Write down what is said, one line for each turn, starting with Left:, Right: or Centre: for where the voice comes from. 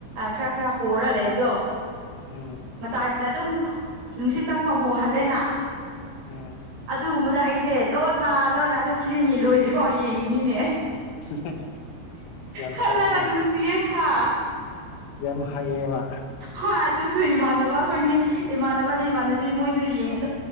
Right: ꯈꯔ ꯈꯔ ꯍꯣꯔ ꯂꯩꯕꯗꯣ
Left: ꯎꯝ
Right: ꯃꯇꯥꯏ ꯃꯇꯥꯏ ꯑꯗꯨꯝ ꯅꯨꯡꯁꯤꯠ ꯆꯪꯐꯝ ꯍꯣꯍꯜꯂꯦꯅ
Left: ꯎꯝ
Right: ꯑꯗꯨꯒꯨꯝꯕꯗ ꯑꯩꯁꯦ ꯂꯣꯠꯅ ꯂꯣꯟꯅ ꯑꯗꯨ ꯐꯤꯂꯝꯒꯤ ꯂꯣꯏꯗ꯭ꯔꯤꯐꯥꯎ ꯌꯦꯡꯉꯤꯅꯤꯅꯦ
Left: <unintelligible> ꯌꯥꯝ
Right: ꯈꯜꯂꯒ
Left: ꯍꯩꯅꯦ
Right: ꯅꯨꯡꯁꯤꯌꯦ ꯍꯥ
Left: ꯌꯥꯝ ꯍꯩꯌꯦꯕ
Right: ꯍꯣꯏ ꯑꯗꯨꯁꯨ ꯏꯃꯥꯟꯅꯕ ꯑꯩꯈꯣꯏꯅꯤ ꯏꯃꯥꯟꯅꯕꯅꯤ ꯏꯃꯥꯟꯅꯕꯤ ꯃꯣꯏꯁꯨ ꯌꯦꯡꯉꯦ ꯑꯗꯨ